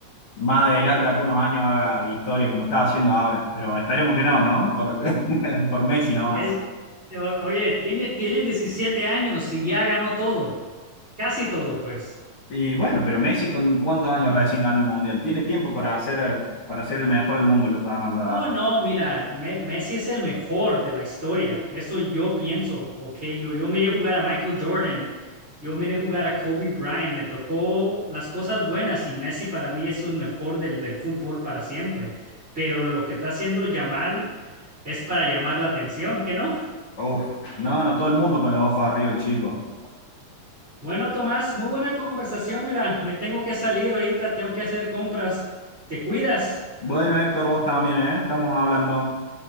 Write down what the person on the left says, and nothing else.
más adelante, de algunos años, haga historia como está haciendo ahora. Pero esperemos que no, ¿no? Por, <laughs> por Messi nomás.
Y bueno, pero Messi, ¿con cuántos años recién ganó el Mundial? Tiene tiempo para hacer, para ser el mejor del mundo, lo Yamal, la
verdad.
Uf, no, no, todo el mundo con los ojos arriba, el chico.
Bueno, Héctor, vos también, ¿eh? Estamos hablando.